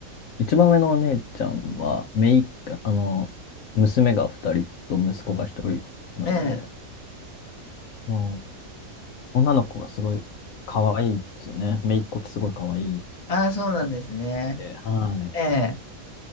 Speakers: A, on the left; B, on the left.
A: 一番上のお姉ちゃんは、姪っ子、あの、娘が二人と息子が一人なので、
B: ええ。
A: もう、女の子がすごい可愛いですよね。姪っ子ってすごい可愛いっ
B: ああ、そうなんですね。
A: て。はい。
B: ええ。